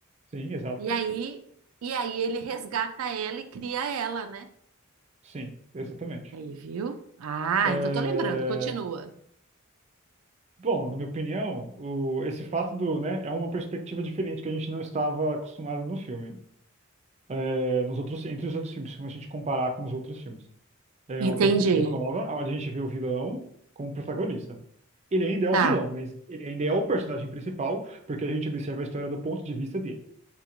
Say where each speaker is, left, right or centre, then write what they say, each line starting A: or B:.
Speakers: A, on the right; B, on the right.
A: Sim, exato.
B: E aí... E aí ele resgata ela e cria ela, né?
A: Sim, exatamente.
B: Aí, viu? Ah,
A: É,
B: então tô lembrando. Continua.
A: Bom, na minha opinião, o- esse fato do, né, é uma perspectiva diferente que a gente não estava acostumado no filme. É, nos outros, entre os outros filmes, se a gente comparar com os outros filmes. É
B: Entendi.
A: uma perspectiva nova, onde a gente vê o vilão como protagonista. Ele ainda é
B: Tá,
A: o vilão, mas ele ainda é o personagem principal, porque a gente observa a história do ponto de vista dele.